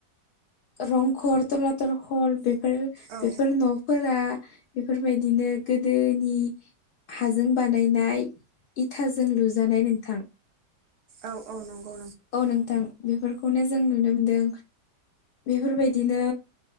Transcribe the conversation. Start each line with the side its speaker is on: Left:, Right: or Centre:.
Left: रंघर टला टल घर बेफोर
Right: औ
Left: बेफोर न'फोरा बेफोरबायदिनो गोदोनि हाजों बानायनाय। इथाजों लुजानाय नोंथां।
Right: औ औ नंगौ
Left: औ नोंथां बेफोर- खौनो जों नुनो मोनदों। बेफोरबायदिनो